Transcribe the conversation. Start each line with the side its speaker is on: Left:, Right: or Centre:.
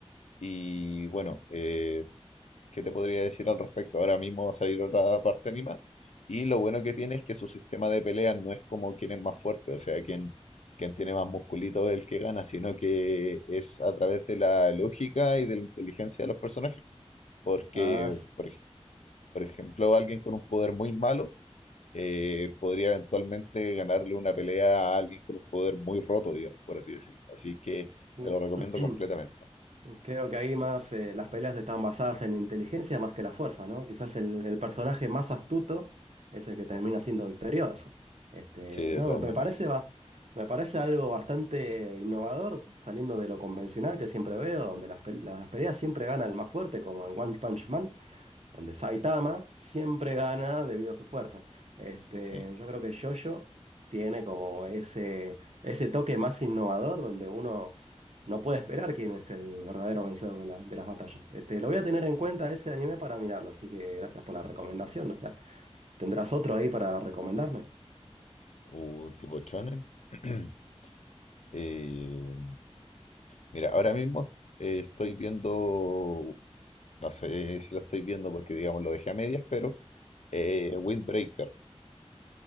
Left: Y bueno, eh, que te podría decir al respecto. Ahora mismo va a salir otra parte anima. Y lo bueno que tiene es que su sistema de peleas no es como quien es más fuerte, o sea, quien, quien tiene más musculito es el que gana, sino que es a través de la lógica y de la inteligencia de los personajes. Porque,
Right: Ah, sí.
Left: por, ej- por ejemplo, alguien con un poder muy malo eh, podría eventualmente ganarle una pelea a alguien con un poder muy roto, digamos, por así decirlo. Así que
Right: <clears throat>
Left: te lo recomiendo completamente.
Right: Creo que ahí más eh, las peleas están basadas en la inteligencia más que la fuerza, ¿no? Quizás el, el personaje más astuto es el que termina siendo victorioso. Este,
Left: Sí, de
Right: no,
Left: todas
Right: me, me
Left: maneras.
Right: parece va, me parece algo bastante innovador, saliendo de lo convencional que siempre veo, donde las, pel- las peleas siempre gana el más fuerte, como en One Punch Man donde Saitama siempre gana debido a su fuerza. Este,
Left: Sí.
Right: yo creo que JoJo tiene como ese, ese toque más innovador donde uno no puede esperar quién es el verdadero vencedor de, la- de las batallas. Este, lo voy a tener en cuenta ese anime para mirarlo, así que gracias por la recomendación. O sea, ¿tendrás otro ahí para recomendarme?
Left: Uh, tipo shonen. <clears throat> Eh, mira, ahora mismo eh, estoy viendo, no sé si lo estoy viendo porque digamos lo dejé a medias, pero eh, Windbreaker,